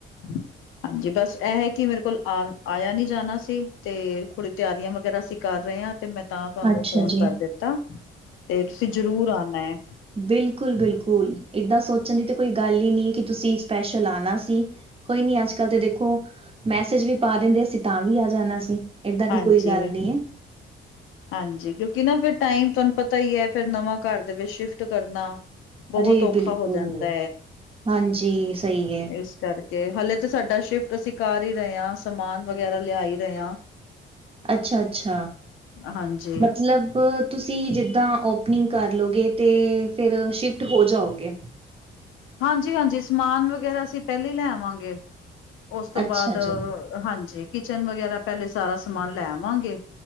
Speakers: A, on the left; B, on the right.
A: ਹਮ <inaudible> ਹਾਂਜੀ, ਬਸ ਇਹ ਹੈ ਕਿ ਮੇਰੇ ਕੋਲ ਆਣ ਆਇਆ ਨੀ ਜਾਣਾ ਸੀ ਤੇ ਥੋੜੀ ਤਿਆਰੀਆਂ ਵਗੈਰਾ ਸੀ। ਕਰ ਰਹੇ ਆ ਤੇ ਮੈਂ ਤਾਂ ਤੁਹਾਨੂੰ
B: ਅੱਛਾ
A: ਫੋਨ
B: ਜੀ।
A: ਕਰ ਦਿੱਤਾ, ਤੇ ਤੁਸੀਂ ਜ਼ਰੂਰ ਆਂਣਾ ਏ।
B: ਬਿਲਕੁਲ ਬਿਲਕੁਲ ਏਦਾਂ ਸੋਚਣ ਦੀ ਤਾਂ ਕੋਈ ਗੱਲ ਈ ਨੀ ਕਿ ਤੁਸੀਂ ਸਪੈਸ਼ਲ ਆਂਣਾ ਸੀ। ਕੋਈ ਨੀ ਅੱਜ ਕੱਲ ਤੇ ਦੇਖੋ, ਮੈਸੇਜ ਵੀ ਪਾ ਦਿੰਦੇ ਤੇ ਅਸੀਂ ਤਾਂ ਵੀ ਆ ਜਾਣਾ ਸੀ। ਏਦਾਂ ਦੀ
A: ਹਾਂਜੀ।
B: ਕੋਈ ਗੱਲ ਨੀ ਹੈ।
A: ਹਾਂਜੀ, ਕਿਉਂਕਿ ਨਾ ਫਿਰ ਟਾਈਮ ਤੁਹਾਨੂੰ ਪਤਾ ਈ ਆ, ਫਿਰ ਨਵਾਂ ਘਰ ਦੇ ਵਿੱਚ ਸ਼ਿਫਟ ਕਰਨਾ। ਬਹੁਤ
B: ਅਰੇ
A: ਔਖਾ
B: ਬਿਲਕੁਲ
A: ਹੋ ਜਾਂਦਾ
B: ਹਾਂਜੀ ਸਹੀ ਹੈ
A: ਇਸ ਕਰਕੇ ਹਲੇੇ ਤੇ ਸਾਡਾ ਸ਼ਿਫਟ ਅਸੀਂ ਕਰ ਈ ਰਹੇ ਆ, ਸਮਾਨ ਵਗੈਰਾ ਲਿਆ ਈ ਰਹੇ ਆ।
B: ਅੱਛਾ ਅੱਛਾ
A: ਹਾਂਜੀ
B: ਮਤਲਬ ਤੁਸੀਂ ਜਿੱਦਾਂ ਓਪਨਿੰਗ ਕਰਲਓਗੇ ਤੇ ਫਿਰ ਸ਼ਿਫਟ ਹੋ ਜਾਓਗੇ।
A: ਹਾਂਜੀ ਹਾਂਜੀ ਸਮਾਨ ਵਗੈਰਾ ਅਸੀਂ ਪਹਿਲੀ ਲੈ ਆਵਾਂਗੇ, ਉਸ ਤੋਂ
B: ਅੱਛਾ
A: ਬਾਅਦ
B: ਜੀ
A: ਹਾਂਜੀ, ਕਿਚਨ ਵਗੈਰਾ ਪਹਿਲੇ ਸਾਰਾ ਸਮਾਨ ਲੈ ਆਵਾਂਗੇ।